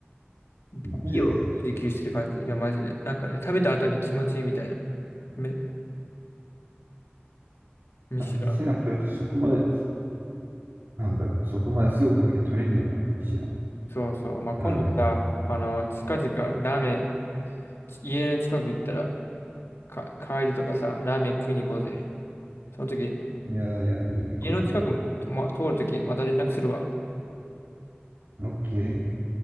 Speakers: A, on the left; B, on the right.
A: 美美を追求してる感じ。
B: マジで。
A: いや、マジで。なんかね、食べた後に気持ちいいみたいな。め、むしろ。
B: あミシュラン取るとそこまでなんだ、そこまですごくだけ取れんねやな、一蘭。
A: そうそう。まあ、今度さ、
B: ラーメンで。
A: あの、近々、ラーメン、家の近く行ったら、か、帰りとかさ、ラーメン食いに行こうぜ。その時、
B: いやいや、いいね、こぜ。
A: 家の近くも通る時また連絡するわ。
B: オッケー。